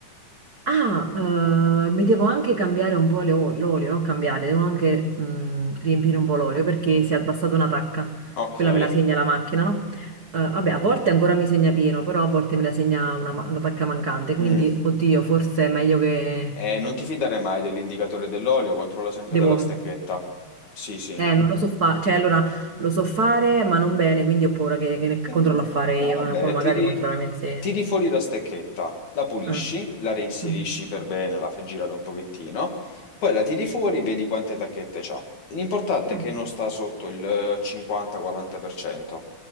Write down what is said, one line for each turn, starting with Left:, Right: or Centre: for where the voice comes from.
Right: Ah, eh, mi devo anche cambiare un po' le o- l'olio, non cambiare, devo anche mm, riempire un po' l'olio perché si è abbassata una tacca.
Left: Ok.
Right: Quella me la segna la macchina, no? Eh, vabbè, a volte ancora mi segna pieno, però a volte me la segna una, ma- una tacca mancante. Quindi,
Left: Mm.
Right: oddio, forse è meglio che
Left: Eh, non ti fidare mai dell'indicatore dell'olio, controlla sempre
Right: devo.
Left: dalla stecchetta. Sì, sì.
Right: Eh, non lo so fare, cioè allora lo so fare, ma non bene, quindi ho paura che, che ne controllo
Left: Eh,
Right: a fare
Left: no,
Right: io,
Left: vabbè,
Right: eh. Poi magari
Left: tiri,
Right: lo controlliamo insieme.
Left: tiri fuori la stecchetta, la pulisci,
Right: Eh.
Left: la reinserisci
Right: Mm,
Left: per bene, la fai girare un pochettino, poi la tiri fuori, vedi quante tacchette c'ha. L'importante
Right: mm.
Left: è che non sta sotto il eh, 50-40%.